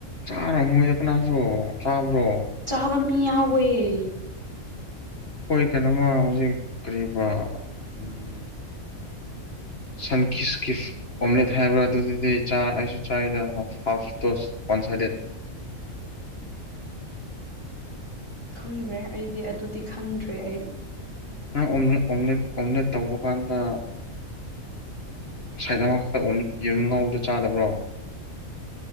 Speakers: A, on the left (about 45°); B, on the right (about 20°).
A: ꯆꯥꯔꯝꯃꯣꯏꯗ ꯀꯅꯥꯁꯨ ꯆꯥꯕ꯭ꯔꯣ
B: ꯆꯥꯕ ꯃꯤ ꯌꯥꯎꯌꯦ
A: ꯍꯣꯏ ꯀꯩꯅꯣꯝꯃ ꯍꯧꯖꯤꯛ ꯀꯔꯤꯕ ꯎꯝ ꯁꯟ ꯀꯤꯁꯀꯤꯐ ꯑꯣꯝꯂꯦꯠ ꯍꯥꯏꯕ꯭ꯔꯥ ꯑꯗꯨꯗꯨꯗꯤ ꯆꯥꯏ ꯑꯩꯁꯨ ꯆꯥꯏꯗ ꯍꯥꯐ ꯗꯣꯁ ꯋꯥꯟ ꯁꯥꯢꯗꯦꯠ
B: ꯈꯪꯗ꯭ꯔꯦ ꯑꯩꯗꯤ ꯑꯗꯨꯗꯤ ꯈꯪꯗ꯭ꯔꯦ ꯑꯩ
A: ꯅꯪ ꯑꯣꯝꯂ ꯑꯣꯝꯂꯦ ꯑꯣꯝꯂꯦꯠ ꯇꯧꯕ ꯀꯥꯟꯗ ꯁꯥꯏꯠ ꯑꯃꯈꯛꯇ ꯑꯣꯝꯂꯦ ꯌꯦꯔꯨꯝ ꯉꯧꯕꯗꯣ ꯆꯥꯗꯕ꯭ꯔꯣ